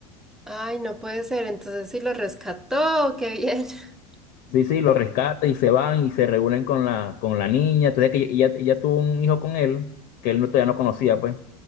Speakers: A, in the centre; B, on the left.
A: Ay, no puede ser, entonces sí lo rescató, qué bien. <laughs>
B: Sí, sí, lo rescata y se van y se reúnen con la, con la niña. Entonces que ella, ella tuvo un hijo con él, que él no, todavía no conocía, pues.